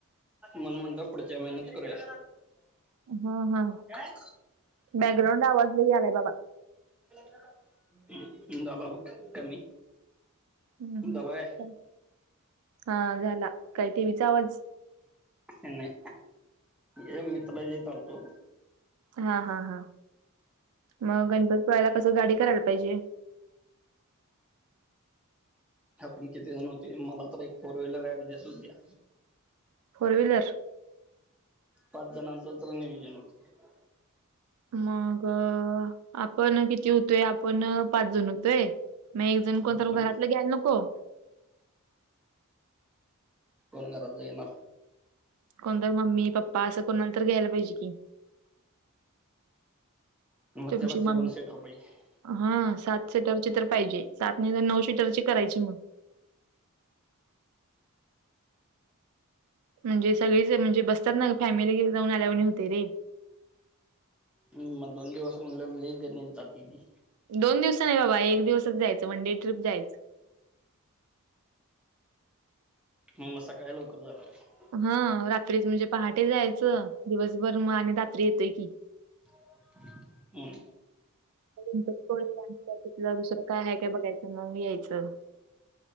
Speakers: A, in the centre; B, on the right (about 80°).
A: मन म्हणलं पुढच्या महिन्यात करूया.
B: हा हा
A: काय
B: बॅकग्राऊंड आवाज लई आलाय बाबा
A: <unintelligible> झाला बघ कमी.
B: ह्
A: झाला व्हय
B: हा झाला, काय टी वी चा आवाज
A: नाही, हे मित्राच्या इथं आलतो.
B: हा, हा, हा, म गणपतीपुळ्याला कसं, गाडी करायला पाहिजे.
A: आपण किती जण होतोय,, मला तर एक फोर व्हीलर ऍडजस्ट होत्या.
B: Four wheeler?
A: पाच जनाच तर नियोजन <unintelligible>
B: मग आपण किती होतोय, आपण पाच जण होतोय. मग एक जण कोणतर
A: हम्म
B: घरातलं ग्यायला नको?
A: कोण घरातलं येणार?
B: कोणतर मम्मी, पप्पा असं कोणाला तर घ्यायला पाहिजे की.
A: मग
B: तुमची
A: त्याला सेवन
B: मम
A: सीटर पाहिजे
B: हा, सात सीटरची तर पाहिजे, सात नाही तर नऊ सिटरची करायची मग. म्हणजे सगळीच, म्हणजे बसत्यात ना फॅमिली घेऊन जाऊन आल्यावाणी होतय रे.
A: हम्म, मग दोन दिवस म्हणलं लई गणित जातय ते
B: दोन दिवस नाही बाबा, एक दिवसच जायचं, वनडे ट्रिप जायचं.
A: म, सकाळी लवकर जाया लागल
B: हा रात्रीच म्हणजे, पहाटे जायचं, दिवसभर म आणि रात्री येतोय की.
A: हम्म्म.
B: गणपती पुळे आणि दुसरं काय हाय काय बघायचं मग यायचं.